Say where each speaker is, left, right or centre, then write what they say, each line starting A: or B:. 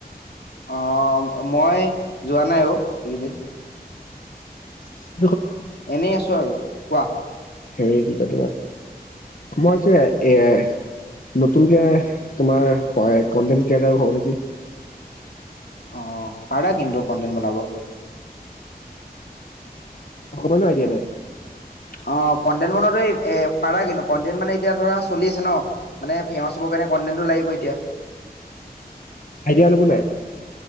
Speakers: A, on the left; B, on the left.
A: অ মই যোৱা নাই, অ এইকেইদিন।
B: হয়।
A: এনেই আছো আৰু। কোৱাহ।
B: হেৰি কি কয় তোমাৰ, মইজে এ, নতুনকে তোমাৰ কনকিয়টাৰ হব নেকি।
A: অ পাৰা কিন্তু কোনতেন বনাব।
B: <unintelligible>
A: অ কণ্টেন মনৰ এই। এ পাৰা কিন্তু কন্টেন মানে এতিয়া ধৰা চলি আছে ন, মানে ফেমাচ হবৰ কাৰণে কন্টেনটো লাগিব এতিয়া।
B: হাই দিয়া লবো নাই।